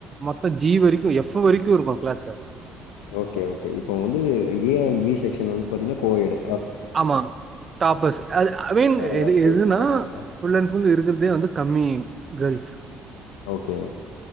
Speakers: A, on the right; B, on the left.
A: மொத்தோ ஜி வரைக்கு எஃப் வரைக்கு <unintelligible> இருக்கு கிளாஸ்ல
B: ஓகே ஓகே இப்போ வந்து ஏ அண்ட் பி செக்க்ஷன் வந்து பாத்தீங்கன்னா கோயடு
A: ஆமா டாபஸ் அது அகைன்
B: தவிர
A: எது
B: வேற எதுவும்
A: எதுன்னா
B: யோசிக்க மாட்டாங்க.
A: ஃபுல்லன் அன் ஃபுல்லு இருக்கிறதே வந்து கம்மி கேர்ல்ஸ்
B: ஓகே